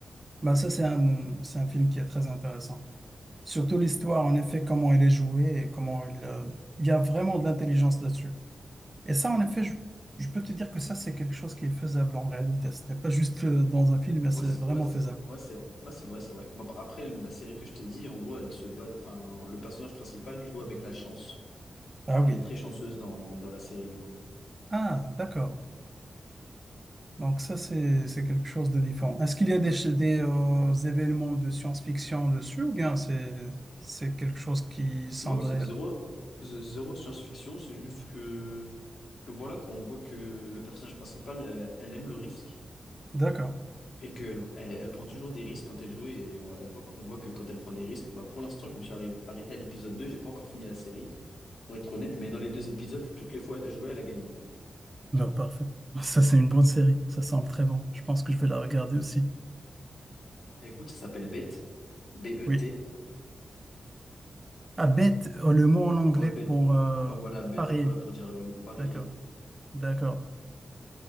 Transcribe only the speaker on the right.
Ben, ça, c'est un, c'est un film qui est très intéressant. Surtout l'histoire, en effet, comment elle est jouée et comment il... euh, il y a vraiment de l'intelligence là-dessus. Et ça, en effet, je, je peux te dire que ça, c'est quelque chose qui est faisable en réalité. Ce n'est pas juste euh, dans un film, mais
c'est
vraiment
faisable.
Ah
oui.
Ah, d'accord. Donc ça, c'est, c'est quelque chose de différent. Est-ce qu'il y a des, ch- des euh, événements de science-fiction dessus ou bien c'est, c'est quelque chose qui semble
réel?
D'accord.
Ben, parfait. Ça, c'est une bonne série. Ça semble très bon. Je pense que je vais la regarder aussi.
Oui. Ah, bet, euh, le mot en anglais
pour euh,
parier.
D'accord. D'accord.